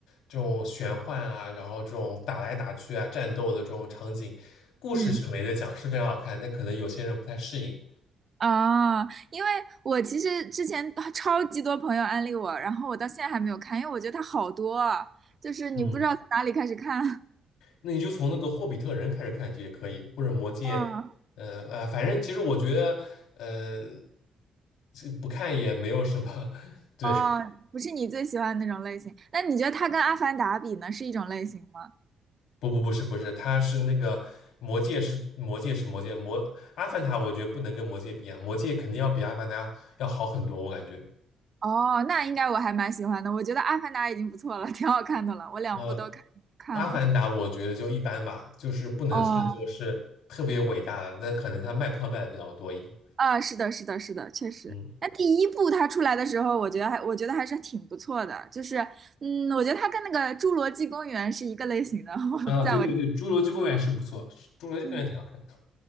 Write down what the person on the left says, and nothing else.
这种玄幻啊，然后这种打来打去啊，战斗的这种场景，故事是没得讲，
是非常好看，但可能有些人不太适应。
嗯，
那你就从那个《霍比特人》开始看就也可以，或者《魔戒》
呃，呃反正其实我觉得，呃，这不看也没有什么，<laughs> 对。
不不不是不是，他是那个魔戒是魔戒是魔戒魔阿凡达，我觉得不能跟魔戒比啊，魔戒肯定要比阿凡达要好很多，我感觉。
呃，阿凡达我觉得就一般吧，就是不能算作是特别伟大的，
那可能他卖票卖的比较多一点。
嗯，
啊，
对对对，《侏罗纪公园》是不错，侏罗纪公园挺好看的